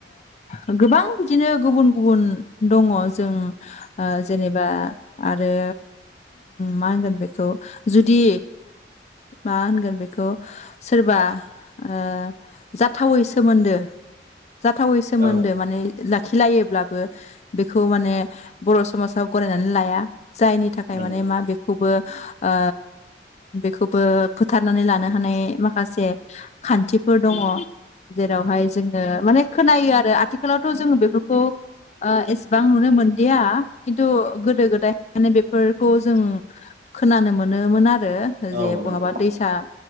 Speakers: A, on the left; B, on the right.
A: ओ गोबां बिदिनो गुबुन गुबुन दङ जों ओ जेनेबा आरो मा होनगोन बेखौ जुदि मा होनगोन बेखौ सोरबा ओ जाथावै सोमोन्दो जाथावै सोमोन्दो
B: औ
A: माने लाखिलायोब्लाबो बेखौ माने बर' समाजाव गनायनानै लाया जायनि थाखाय
B: नंगौ
A: माने मा बेखौबो ओ बेखौ बो फोथारनानै लानो हानाय माखासे खान्थिफोर दङ'। जेरावहाय जोङो माने खोनायो आरो आथिखालावथ' जोङो बेफोरखौ ओ एसेबां नुनो मोनदिया खिन्थु गोदो गोदाय माने बेफोरखौ जों खोनानो मोनोमोन आरो
B: औ
A: जे
B: नंगौ
A: बहाबा दैसा